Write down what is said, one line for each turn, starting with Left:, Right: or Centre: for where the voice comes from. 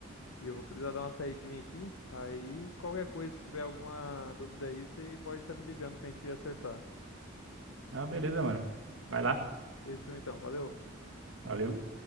Left: E eu vou precisar dar uma saidinha aqui. Aí, qualquer coisa, se tiver alguma dúvida aí, você pode estar me ligando pra gente acertar.
Right: Ah, beleza, mano. Vai lá.
Left: Fechou então, valeu.
Right: Valeu.